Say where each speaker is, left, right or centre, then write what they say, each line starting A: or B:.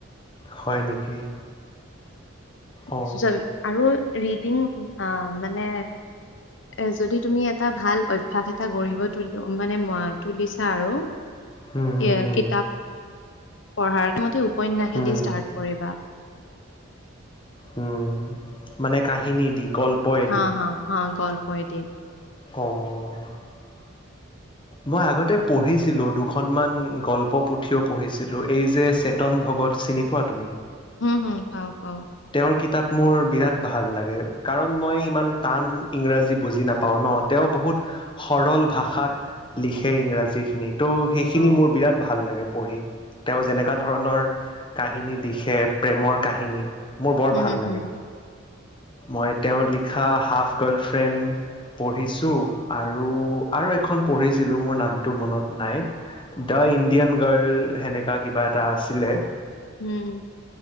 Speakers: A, on the left; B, on the left.
A: হয় নেকি অ
B: <unintelligible> আৰু ৰিডিং অহ মানে এ যদি তুমি এটা ভাল অভ্যাস এটা গঢ়িব তুলি, মানে তুলিছা আৰু।
A: হুম হুম
B: এ
A: হুম
B: কিতাপ পঢ়াৰ মোৰ মতে, উপন্যাসেই
A: হুম
B: দি ষ্টাৰ্ট কৰিবা।
A: উম, মানে কাহিনী দি। গল্পয়েদি
B: হা হা হা। গল্পই দি।
A: অহ। মই আগতে পঢ়িছিলোঁ দুখনমান গল্প পুথিও পঢ়িছিলোঁ, এই যে চেতন ভক্ত। ক'ত চিনি পোৱা তুমি?
B: হম, হম। পাওঁ, পওঁ।
A: তেওঁৰ কিতাপ মোৰ বিৰাট ভাল লাগে, কাৰণ মই ইমান টান ইংৰাজী বুজি নাপাওঁ ন। অহ, তেওঁ বহুত সৰল ভাষাত লিখে ইংৰাজীখিনি। ত' সেইখিনি
B: অ
A: মোৰ বিৰাট ভাল লাগে পঢ়ি। তেওঁ যেনেকুৱা ধৰণৰ কাহিনী দিখে প্ৰেমৰ কাহিনী, মোৰ বৰ
B: উম
A: ভাল লাগে।
B: হুম
A: মই তেওঁ লিখা হাফ গাৰ্লফ্ৰেণ্ড। পঢ়িছোঁ আৰু আৰু এখন পঢ়িছিলোঁ মোৰ নামটো মনত নাই। দা ইণ্ডিয়ান গাৰ্ল সেনেকা কিবা এটা আছিলে।
B: উম,